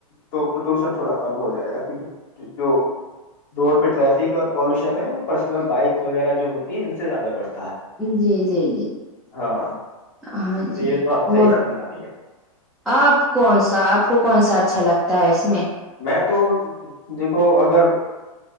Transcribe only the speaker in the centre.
جی جی
ہاں
جی
اور
آپ کون سے تو آپ کو کون سا اچھا لگتا ہے اس میں